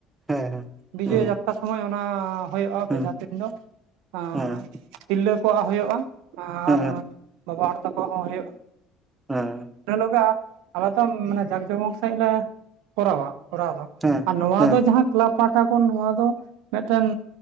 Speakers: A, on the right; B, on the right.
A: ᱦᱮᱸ ᱦᱮᱸ
B: ᱵᱤᱡᱚᱭᱟ
A: ᱦᱩᱸ
B: ᱡᱟᱛ ᱚᱠᱟ ᱥᱚᱢᱚᱭ ᱚᱱᱟ ᱦᱳᱭᱳᱜᱼᱟ
A: ᱦᱩᱸ
B: ᱵᱮᱡᱷᱟ ᱛᱩᱧ ᱫᱚ ᱟᱸ
A: ᱦᱮᱸ
B: ᱛᱤᱨᱞᱟᱹ ᱠᱚᱣᱟᱜ ᱦᱳᱭᱳᱜᱼᱟ
A: ᱦᱮᱸ
B: ᱟᱨ ᱵᱟᱵᱟ ᱦᱚᱲ ᱛᱟᱠᱚᱣᱟᱜ ᱦᱚᱸ ᱦᱳᱭᱳᱜᱼᱟ
A: ᱦᱮᱸ
B: <inaudible> ᱟᱞᱮ ᱫᱚ ᱢᱟᱱᱮ ᱡᱟᱠ ᱡᱚᱢᱚᱠ ᱥᱟᱺᱦᱤᱡ ᱞᱮ ᱠᱚᱨᱟᱣᱟ ᱠᱚᱨᱟᱣ ᱫᱚ
A: ᱦᱮᱸ
B: ᱟᱨ ᱱᱚᱣᱟ
A: ᱦᱮᱸ
B: ᱫᱚ ᱡᱟᱦᱟᱸ ᱠᱞᱟᱵᱽ ᱯᱟᱦᱴᱟ ᱠᱷᱚᱱ ᱱᱚᱣᱟ ᱫᱚ ᱢᱮᱜᱴᱮᱱ